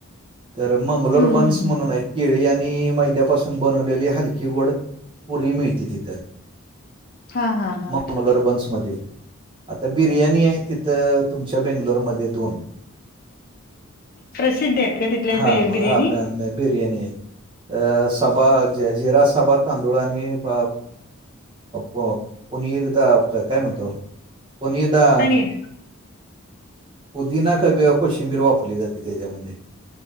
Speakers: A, on the right (about 25°); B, on the left (about 40°).
A: तर मंगलोर
B: हं,
A: बन्स
B: हं,
A: म्हणून
B: हं.
A: हाय... केळी आणि मैद्यापासून बनवलेली हलकी गोड पुरी मिळते तिथे.
B: हां, हां, हां.
A: मंगलोर बन्समध्ये. आता बिर्याणी आहे तिथं... तुमच्या बेंगलोरमध्ये दोन
B: प्रसिद्ध आहेत का तिथल्या
A: हा
B: बि
A: <inaudible>
B: बिर्याणी?
A: बिरयाणी हाय. अं सबा... जिरासबा तांदुळ अनी <inaudible> पुनीरदा <unintelligible> काय म्हणतो? पुनिरदा.
B: पनीर.
A: पुदीना का <unintelligible> कोशिंबीर वापरली जाते त्याच्यामध्ये.